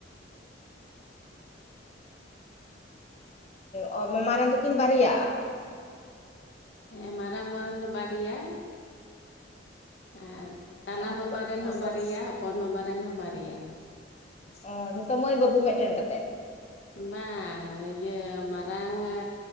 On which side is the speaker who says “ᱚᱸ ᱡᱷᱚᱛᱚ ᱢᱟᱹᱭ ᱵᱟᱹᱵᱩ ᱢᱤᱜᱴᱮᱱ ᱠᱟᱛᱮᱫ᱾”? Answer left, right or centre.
Left